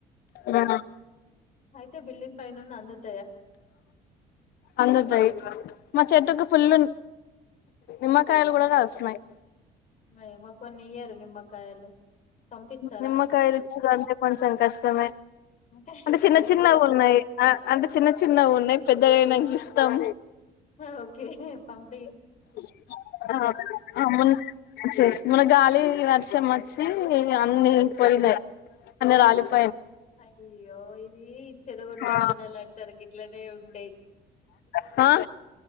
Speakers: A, on the left; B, on the left.
A: ఆ
B: అయితే బల్డింగ్ పైనండి అందదు
A: అందదు హైట్ మా చెట్టుకి ఫుల్ నిమ్మకాయలు కూడా కాసినాయి
B: అయ్ మాకు కొన్ని ఇయర్రి నిమ్మకాయలు పంపిస్తారా
A: నిమ్మకాయలు ఇచ్చుడూ అంటే కొంచెం కష్టమే
B: కష్టమేనా
A: అంటే చిన్న చిన్న ఉన్నాయి అంటే చిన్న చిన్న ఉన్నాయి పెద్దగైనంక ఇస్తాం
B: ఓకే పమ్
A: <unintelligible> గాలి వర్షం వచ్చి అన్ని పోయినాయి అన్ని రాలిపో
B: అయ్యోయ్యో ఇది చెడగొట్టు
A: ఆ
B: వానాల అంటారు గట్లనే ఉంటాయి
A: ఆ